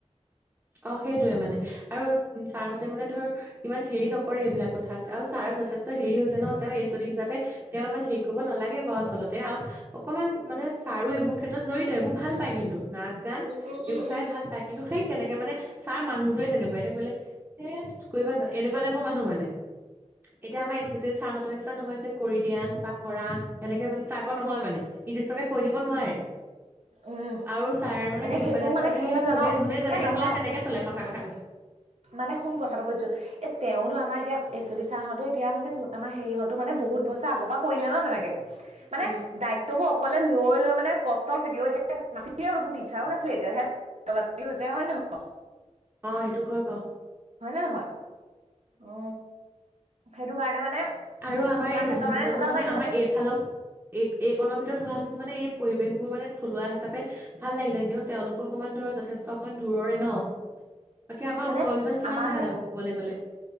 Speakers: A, on the right; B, on the right.
A: অ সেইটোয়ে মানে আৰু ছাৰহঁতে মানে ধৰ ইমান হেৰি নকৰে এইবিলাক কথাত আৰু ছাৰ যথেষ্ট হেৰি হৈছে ন তেওঁ এ ছদি হিচাপে তেওঁ ইমান হেৰি কৰিব নালাগে বাও আচলতে তে আও অকমান মানে ছাৰো এইবোৰ ক্ষেত্ৰত জড়িত এইবোৰ ভাল পায় কিন্তু নাচ গান
B: উম, উম, উম,
A: এইবোৰ
B: উম,
A: চাই ভাল পায় কিন্তু সেই তেনেকে ছাৰ মানুহ টোৱে তেনেকোৱা বাইদেউ কলে এ কৰিবা জানো এনেকোৱা টাইপৰ মানুহ মানে এতিয়া আমাৰ এছচিয়েত ছাৰহঁতৰ নিচিনা নহয় যে কৰি দিয়া বা কৰা এনেকে বোলে টাইপৰ নহয় মানে নিৰ্দিষ্টকে কৈ দিব নোৱাৰে
B: উম,
A: আৰু ছাৰ মানে কেনেকুৱা
B: সেইটো
A: টাইপৰ
B: মানে
A: এতিয়া
B: কি
A: সেই
B: হ'ল
A: চবে
B: জান
A: যোনে যেনেকে
B: এ নহয়
A: চলে তেনেকে চলে সঁচা কথা চাগল <unintelligible>
B: মানে শুন কথাটো কৈছো এ তেওঁতো আমাৰ এতিয়া এচডী ছাৰহঁতে এতিয়া মানে আমাৰ হেৰিহতো মানে বহুত বছৰ আগৰ পৰা কৰিলে ন তেনেকে মানে
A: উম
B: দায়িত্ববোৰ অকলে লৈ লৈ মানে কষ্ট তই চাগে এতিয়া দেখোন তিন ছাৰো নাছিলে এতিয়া হৈছে হয় নহয় বাঅ
A: অ সেইটো হয় বাও
B: হয়নে নহয় অ সেইটো কাৰণে মানে
A: আৰু আমাৰ
B: কিছুমান
A: এই নতুন
B: ক্ষেত্ৰত
A: কেইজনো
B: এনেকুৱা
A: মানে
B: কৰে ইহঁতে
A: আমাৰ এইফালৰ এই এইকনৰ ভিতৰত হোৱান মানে এই পৰিৱেশ বোৰ মানে থলুৱা হিচাপে ৰূপে ভাল লাগিলে কিন্তু তেওঁলোকক মানে ধৰ যথেষ্ট অকমান দূৰৰে ন বাকী আমাৰ
B: মানে
A: ওচৰ কেইজন কিমান
B: আমাৰ
A: ভাল
B: ধৰ
A: আকৌ ক'বলৈ গ'লে